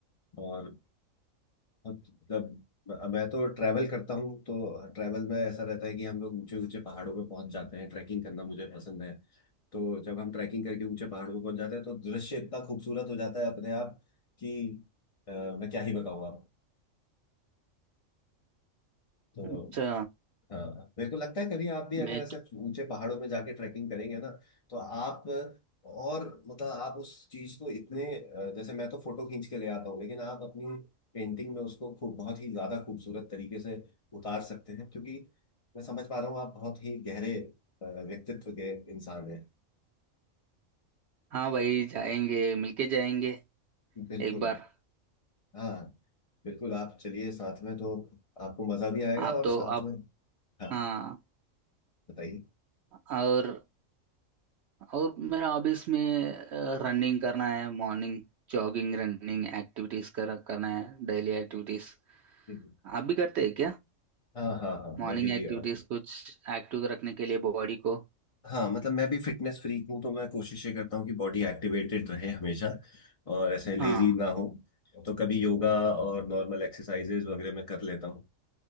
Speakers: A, on the left; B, on the right.
A: और बहुत मतलब मैं तो ट्रैवल करता हूँ तो ट्रैवल में ऐसा रहता है कि हम लोग ऊंचे ऊंचे पहाड़ों पे पहुंच जाते हैं ट्रैकिंग करना मुझे पसंद है तो जब हम ट्रैकिंग करके ऊंचे पहाड़ों पर पहुंच जाते हैं तो दृश्य इतना खूबसूरत हो जाता है अपने आप कि अ, मैं क्या ही बताऊँ आपको तो
B: अच्छा
A: हाँ मेरे को लगता है कभी आप भी अगर
B: मैं
A: ऐसे
B: तो
A: ऊंचे पहाड़ों में जाके ट्रैकिंग करेंगे ना तो आप और मतलब आप उस चीज को इतने अ, जैसे मैं तो फोटो खींच के ले आता हूँ लेकिन आप अपनी पेंटिंग में उसको खूब बहुत ही ज्यादा खूबसूरत तरीके से उतार सकते हैं क्योंकि मैं समझ पा रहा हूँ आप बहुत ही गहरे अ, व्यक्तित्व के इंसान हैं
B: हाँ भाई जाएंगे मिलके जाएंगे
A: बिल्कुल
B: एक बार
A: हाँ बिल्कुल आप चलिए साथ में तो आपको मजा भी आएगा
B: आप
A: और
B: तो
A: साथ
B: आप
A: में हाँ
B: हाँ
A: बताइए
B: और और मेरा हॉबीज में रनिंग करना है मॉर्निंग जॉगिंग रनिंग एक्टिविटीज कर करना है डेली एक्टिविटीज
A: हम्म।
B: आप भी करते हैं क्या
A: हाँ हाँ हाँ
B: मॉर्निंग
A: मैं भी
B: एक्टिविटीज
A: अ,
B: कुछ एक्टिव रखने के लिए बॉडी को
A: हाँ मतलब मैं भी फिटनेस फ्रीक हूँ तो मैं कोशिश ये करता हूँ कि बॉडी एक्टिवेटेड रहे हमेशा और ऐसे लेजी
B: हाँ
A: ना हो तो कभी योगा और नॉर्मल एक्सरसाइजेज वगैरह मैं कर लेता हूँ